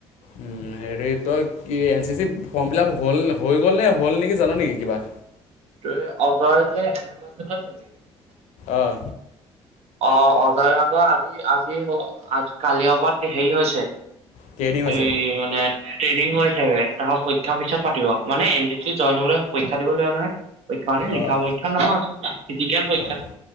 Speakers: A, on the left (about 75°); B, on the right (about 65°).
A: উম। হেৰি তই কি N C C form fill up হ'ল হৈ গ'ল নে হ'ল নেকি জান নেকি কিবা।
B: ত অজয় যে এনেত চি আছে।
A: আহ।
B: অ' অজয় ভাগৰ আজি আজি আ কালি অপাত হেৰি হৈছে।
A: ট্ৰেইনিং হৈছে
B: এই মানে। ট্ৰেইনিং হৈছে তাহৰ পৰীক্ষাৰ পিছত পাতিব মানে এন চি চি জইন হ'বলৈ পৰীক্ষা দিব লাগিব নহয়। পৰীক্ষা মানে লিখা
A: অ',
B: পৰীক্ষা নহয়, ফিজিকেল পৰীক্ষা।
A: অ',